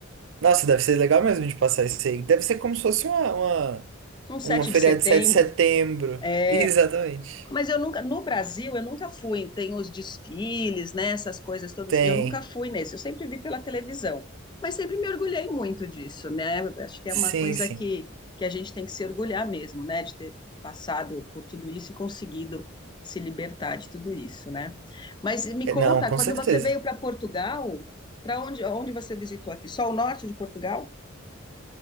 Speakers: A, on the right (about 65°); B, on the left (about 20°).
A: Nossa, deve ser legal mesmo de passar isso aí. Deve ser como se fosse uma, uma,
B: Um 7
A: uma feriado
B: de setembro,
A: de sete de setembro.
B: é
A: <laughs> Exatamente.
B: Mas eu nunca, no Brasil, eu nunca fui. Tem os desfiles, né? Essas coisas todas.
A: Tem.
B: Eu nunca fui nesse. Eu sempre vi pela televisão. Mas sempre me orgulhei muito disso, né? Acho que
A: Sim,
B: é uma coisa
A: sim.
B: que, que a gente tem que se orgulhar mesmo, né? De ter passado por tudo isso e conseguido se libertar de tudo isso, né? Mas me
A: É,
B: conta,
A: Não, com
B: quando
A: certeza.
B: você veio para Portugal, para onde, onde você visitou aqui? Só o norte de Portugal?